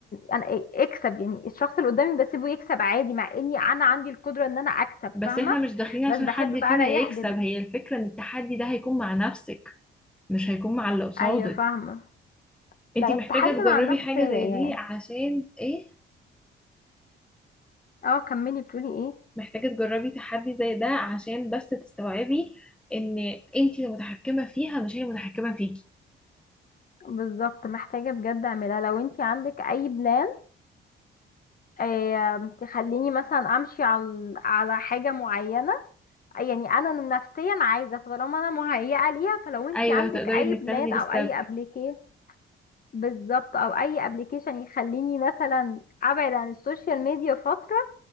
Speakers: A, on the left; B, in the centre.
A: انا اكسب يعني الشخص اللي قدامي بسيبه يكسب عادي مع اني انا عندي القدرة ان انا اكسب
B: بس
A: فاهمة
B: احنا مش داخلين عشان
A: بس بحب
B: حد
A: بقى
B: فينا
A: اريح
B: يكسب
A: دماغي
B: هي الفكره ان التحدي ده هيكون مع نفسك مش هيكون مع اللي قصادك
A: ايوه فاهمه
B: انتي
A: لا التحدي
B: محتاجه تجربي
A: مع النفس
B: حاجه
A: يعني
B: زي دي عشان ايه
A: اه كملي بتقولي ايه
B: محتاجه تجربي تحدي زي ده عشان بس تستوعبي ان انتي المتحكمه فيها مش هي المتحكمه فيكي
A: بالظبط محتاجة بجد اعملها لو انتي عندك اي بلان آم، تخليني مثلا امشي على على حاجة معينة يعني انا نفسيا عايزة فطالما انا مهيئة ليها فلو انتي
B: ايوه
A: عندك
B: هتقدري
A: اي
B: انك
A: بلان
B: تاخدي
A: او
B: الستبس
A: اي ابليكي بالظبط او اي ابليكيشن يخليني مثلا ابعد عن السوشيال ميديا فترة